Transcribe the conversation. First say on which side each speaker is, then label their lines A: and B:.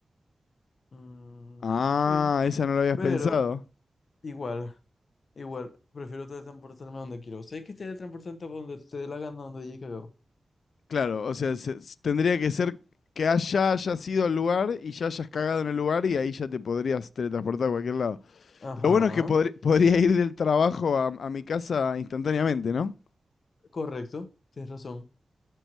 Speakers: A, on the left; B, on the left.
A: Mm,
B: Ah,
A: sí,
B: esa no la habías
A: pero
B: pensado.
A: igual, igual. Prefiero teletransportarme a donde quiero. Sé que teletransportarte a donde te dé la gana, donde haya cagado.
B: Claro, o sea, se- s- tendría que ser que haya, hayas ido al lugar y ya hayas cagado en el lugar y ahí ya te podrías teletransportar a cualquier lado.
A: Ajá,
B: Lo bueno es que podri- podría ir del trabajo a, a mi casa instantáneamente, ¿no?
A: correcto. Tienes razón.